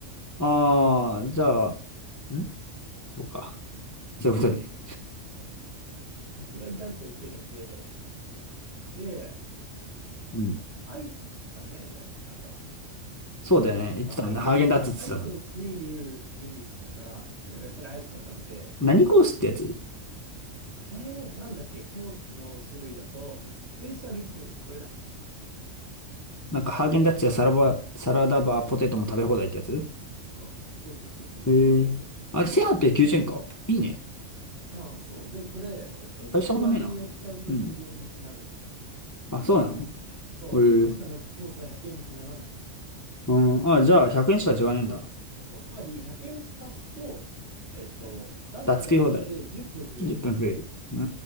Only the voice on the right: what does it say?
うんさすがに何個も食えなくて。で、
アイス食ったね。だあとは。
やっぱアイスをさ、
アイスを食えるメニューにしたから、だからやっぱりアイスを食べて、
えー、なんだっけ、コースの種類だと、スペシャルコース、これだ。
あそうそうそうそう、そうそれそれそれそれそれ。
うん、そう。で、これ、えっと、学割を使うと100円引きになる
そう。
で、1個下のコースは100円引きにならない。
つま、そうつまり、100円足すと、えっと、ダッツが食えて10分増える。